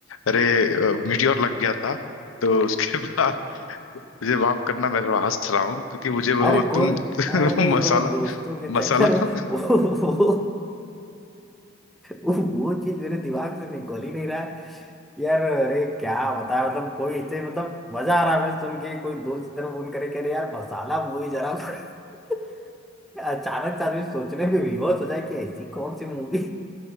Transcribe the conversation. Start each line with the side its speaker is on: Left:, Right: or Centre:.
Left: अरे मीटियोर लग गया था तो उसके <laughs> बाद मुझे माफ करना मैं थोड़ा हंस रहा हूँ क्योंकि मुझे वो,
Centre: अरे
Left: वो
Centre: को
Left: तुम <laughs>
Centre: अरे
Left: वो मसाला
Centre: वो दोस्तों के चक्कर
Left: मसाला
Centre: में
Left: <laughs>
Centre: वो वो वो वो चीज मेरे दिमाग से निकल ही नहीं रहा है यार अरे क्या होता है मतलब कोई इसे मतलब मजा आ रहा है हमें सुन के कोई दोस्त की तरफ फोन करे करे यार मसाला मूवी जरा <laughs> अचानक से आदमी सोचने पे विवश हो जाए कि ऐसी कौन सी मूवी